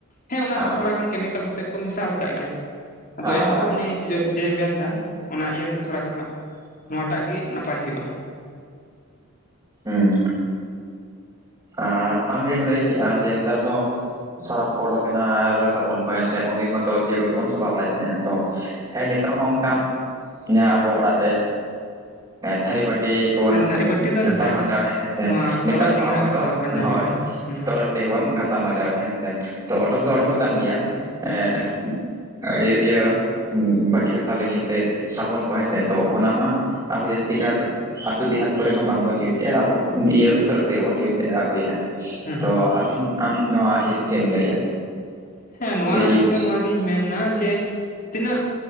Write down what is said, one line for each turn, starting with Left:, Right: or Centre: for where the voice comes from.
Left: ᱦᱮᱸ ᱚᱱᱟ
Right: ᱦᱳᱭ
Left: ᱨᱮᱦᱚᱸ ᱛᱷᱚᱲᱟ ᱜᱟᱱ ᱠᱮᱢᱤᱠᱮᱞ ᱯᱟᱥᱮᱡ ᱠᱚ ᱢᱮᱥᱟᱞ ᱟᱠᱟᱜ ᱜᱮᱭᱟ ᱾ ᱟᱫᱚ
Right: ᱦᱳᱭ
Left: ᱮᱱᱦᱚᱸ ᱩᱱᱤ ᱡᱮ ᱢᱮᱱ ᱫᱟ ᱚᱱᱟ ᱤᱭᱟᱹᱛᱮ ᱛᱷᱚᱲᱟ ᱜᱟᱱ ᱦᱟᱜ ᱱᱚᱣᱟᱴᱟᱜ ᱜᱮ ᱱᱟᱯᱟᱭ ᱦᱩᱭᱩᱜᱼᱟ ᱾
Right: ᱦᱩᱸ ᱾ ᱟᱨ ᱟᱢ ᱡᱮᱢ ᱞᱟᱹᱭ ᱠᱮᱜᱼᱟ, ᱡᱮ ᱱᱮᱛᱟᱨ ᱫᱚ ᱥᱟᱨᱟᱯᱷ ᱠᱚ ᱚᱰᱚᱠᱮᱱᱟ ᱟᱨ ᱥᱟᱵᱚᱱ ᱠᱚ ᱦᱮᱸᱥᱮ, ᱩᱱᱫᱤᱱ ᱢᱟᱛᱚ ᱤᱭᱟᱹ ᱠᱚᱛᱮ ᱵᱚᱱ ᱥᱟᱯᱷᱟ ᱵᱟᱲᱟᱭᱮᱫ ᱛᱟᱦᱮᱸᱜᱼᱟ ᱛᱚ ᱾ ᱦᱮᱸ ᱱᱤᱛᱚᱜ ᱦᱚᱸ ᱚᱱᱠᱟ ᱡᱟᱦᱟᱸ ᱟᱵᱚ ᱚᱲᱟᱜ ᱨᱮ ᱛᱷᱟᱹᱨᱤ ᱵᱟᱹ ᱴᱤ ᱠᱚ ᱵᱚᱱ
Left: ᱦᱮᱸ ᱛᱷᱟᱹᱨᱤ ᱵᱟᱹᱴᱤ ᱫᱚ ᱱᱮᱛᱟᱨ
Right: ᱜᱷᱟᱥᱟᱣ ᱢᱟᱡᱟᱣᱮᱫᱼᱟ
Left: ᱦᱚᱸ
Right: ᱦᱮᱸᱥᱮ,
Left: ᱱᱚᱣᱟ
Right: ᱱᱮᱛᱟᱨ
Left: ᱛᱚᱨᱚᱡ ᱛᱮᱜᱮ
Right: ᱦᱚᱸ ᱟᱵᱚ
Left: ᱦᱟᱸᱜ ᱜᱷᱟᱥᱟᱣ
Right: ᱫᱚ
Left: ᱵᱟᱧᱡᱟᱣ
Right: ᱦᱚᱭ
Left: ᱦᱩᱭᱩᱜ ᱠᱟᱱᱟ ᱦᱩᱸ
Right: ᱛᱚᱨᱚᱡ ᱛᱮᱜᱮ ᱵᱚᱱ ᱜᱷᱟᱥᱟᱣ ᱢᱟᱡᱟᱣᱮᱫᱼᱟ ᱦᱮᱸᱥᱮ, ᱛᱚ ᱚᱰᱚᱠ ᱫᱚ ᱚᱰᱚᱠ ᱟᱠᱟᱱ ᱜᱮᱭᱟ ᱾ ᱮᱸᱻ ᱤᱭᱟᱹ ᱤᱭᱟᱹ ᱵᱟᱹᱴᱤ ᱜᱷᱟᱥᱟᱣ ᱞᱟᱹᱜᱤᱱ ᱛᱮ ᱥᱟᱵᱚᱱ ᱠᱚ ᱦᱮᱸᱥᱮ, ᱛᱚ ᱚᱱᱟ ᱢᱟ ᱟᱵᱚ ᱡᱟᱹᱥᱛᱤ ᱠᱟᱨ ᱟᱹᱛᱩ ᱫᱮᱦᱟᱛ ᱠᱚᱨᱮ ᱢᱟ ᱵᱟᱝᱵᱚᱱ ᱤᱭᱩᱡᱮᱜᱼᱟ, ᱟᱵᱚ ᱤᱭᱟᱹ ᱛᱚᱨᱚᱡ ᱛᱮᱜᱮ ᱵᱚᱱ ᱤᱭᱩᱡᱽ ᱪᱮᱫ ᱮ ᱟᱹᱜᱩᱭᱮᱫᱼᱟ,
Left: ᱦᱩᱸ
Right: ᱛᱚ
Left: ᱦᱩᱸ
Right: ᱟᱵᱤᱱ ᱟᱢ ᱱᱚᱣᱟ ᱤᱭᱟᱹᱨᱮ ᱪᱮᱫ ᱮᱢ ᱞᱟᱹᱭᱮᱫᱼᱟ?
Left: ᱦᱮᱸ ᱱᱚᱣᱟ
Right: ᱡᱮ ᱤᱭᱩᱡᱽ
Left: ᱤᱧ ᱫᱚ ᱱᱚᱣᱟᱜᱤᱧ ᱢᱮᱱᱟ ᱡᱮ ᱛᱤᱱᱟᱹᱜ